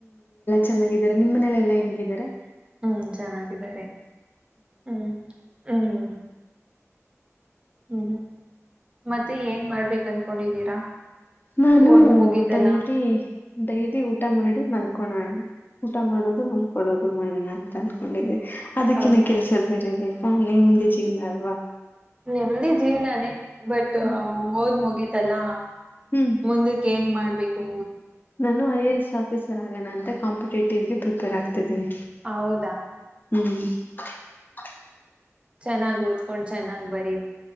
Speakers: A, on the left; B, on the right.
A: ಚೆನ್ನಾಗಿದ್ದಾರೆ ನಿಮ್ಮ ಮನೇಲೆ ಎಲ್ಲಾ ಹೆಂಗಿದ್ದಾರೆ
B: ಹ್ಮ್ ಚೆನ್ನಾಗಿದ್ದಾರೆ ಹ್ಮ್ ಹ್ಮ್ ಹ್ಮ್ ಮತ್ತೆ ಏನ್ ಮಾಡ್ಬೇಕ ಅನ್ಕೊಂಡಿದ್ದೀರಾ <unintelligible>
A: ನಾನು
B: ಓದ್ ಮುಗೀತಲ್ಲ
A: ಡೈಲಿ ಡೈಲಿ ಊಟ ಮಾಡಿ ಮಲ್ಕೋಣಣ ಊಟ ಮಾಡೋದು ಮಂದ್ಕೊಳ್ಳೋದು ಮಾಡೋಣ ಅಂತ ಅನ್ಕೊಂಡಿದಿ ಅದಕ್ಕಿನ
B: ಹೌದಾ
A: ಕೆಲ್ಸ ಬೇರೆ ಬೇಕ ನ ನಿಮ್ದಿ ಜೀವನ ಅಲ್ವಾ <unintelligible>
B: ನಿಮ್ದಿ ಜೀವ್ನಾನೇ ಬಟ್
A: ಹ್ಮ್
B: ಹೋದ್ ಮುಗೀತಲ್ಲಾ <unintelligible>
A: ಹ್ಮ್
B: ಮುಂದಕ್ಕೆ ಏನ್ ಮಾಡ್ಬೇಕು
A: ನಾನು ಐ ಎ ಎಸ್ ಆಫೀಸರ್ ಆಗಣ ಅಂತ ಕಾಂಪಿಟೇಟಿವ್ ಗೆ ಪ್ರಿಪೇರ್ ಆಗ್ತ ತಿದ್ದೀನಿ
B: ಹೌದಾ
A: ಹ್ಮ್ <unintelligible>
B: ಚೆನ್ನಾಗಿ ಓದ್ಕೊಂಡು ಚೆನ್ನಾಗ್ ಬರೀರಿ